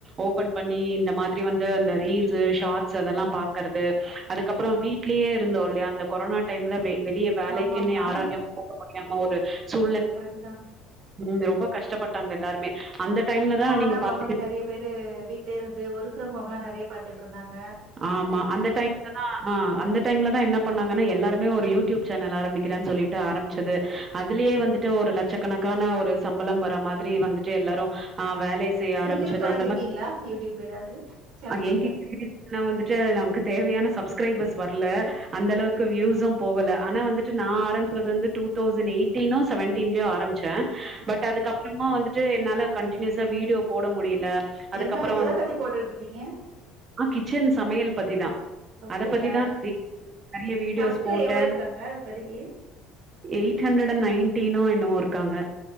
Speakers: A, on the right (about 20°); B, on the right (about 40°).
A: ஓபன் பண்ணி இந்த மாதிரி வந்து அந்த ரீல்ஸ் ஷார்ட்ஸ்சு அதெல்லா பாக்குறது அதுக்கப்பற வீட் வீட்லே இருந்தோ இல்லையா அந்த கொரோனா டைம்ல வெளிய வேலைக்ன்னு
B: ஆமாமா.
A: யாராலையு போக முடியாம ஒரு சூழ்நி
B: அப்டிதா
A: ம் ரொம்ப கஷ்டப்பட்டாங்க எல்லாருமே அந்த டைம்ல தா
B: கொரோனா
A: நீங்க
B: அப்ப
A: பாத்தீங்
B: வந்து நெறைய பேரு வீட்லே இருந்து வொர்க் ஃப்ரம் ஹோம் நெறைய பாத்துட்டு இருந்தாங்க
A: ஆமா அந்த டைம் <unintelligible> டைம்ல தா என்ன பண்ணாங்கன்னா எல்லாருமே ஒரு யூடியூப் சேனல் ஆரம்பிக்கிறேனு சொல்லி ட்டு ஆரம்பிச்சது அதுலேயே வந்துட்டு ஒரு லட்சக்கணக்கான ஒரு சம்பளம் வர மாதிரி வந்துட்டு எல்லாரு ஆ வேலை செய்ய ஆரம்பிச்சது
B: நீங்களும் தொடங்கியிருக்கீங்களா?
A: அந்த மாதி
B: யூடியூப் ஏதாவது சேனல்
A: ஹ
B: இருக்கா?
A: என்கிட்ட <unintelligible> நானு வந்துட்டு நமக்கு தேவையான சப்ஸ்கிரைபர்ஸ் வர்ல அந்த அளவுக்கு வியூசும் போகல ஆனா வந்துட்டு நா ஆரம்பி ச்து வந்து டூ தௌசண்ட் எயிட்டீனோ செவன்டீன்லோ ஆரம்பிச்சே
B: ம்.
A: பட் அதுக்கப்பறமா வந்துட்டு என்னால கண்டினியூஸா வீடியோ போட முடியல அதுக்கப்புறம்
B: என்ன எத
A: வந்து
B: பத்தி போட்டுட்டுருந்தீங்க
A: ஆ கிச்சன் சமையல் பத்திதா
B: அப்படியா?
A: அத பத்திதா <unintelligible> நெறைய வீடியோஸ்
B: சப்ஸ்கிரைப்
A: போட்டே
B: எவ்வளோ இருக்காங்க இப்போதைக்கு?
A: எயிட் ஹண்ட்ரடண் நயன்டின்னோ என்னவோ இருக்காங்க